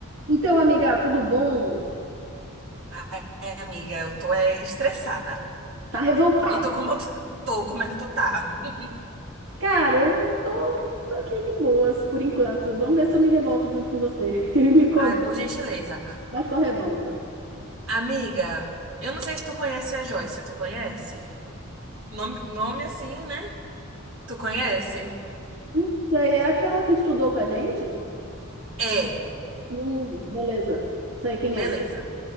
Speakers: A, on the right; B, on the right.
A: Então, amiga, tudo bom?
B: Ai, amiga, eu tô é, estressada.
A: Tá revoltada.
B: E tô como tu- tô, como é que tu tá? <laughs>
A: Cara, eu tô, tô aqui de boas por enquanto. Vamos ver se eu me revolto junto com você. <laughs> E me conte,
B: Ai, por gentileza.
A: qual é a sua revolta?
B: Amiga, eu não sei se tu conhece a Joyce, tu conhece? Nome, nome assim, né? Tu conhece?
A: Essa aí é aquela que estudou com a gente?
B: É,
A: Hum, beleza. Sei quem
B: beleza.
A: é, sei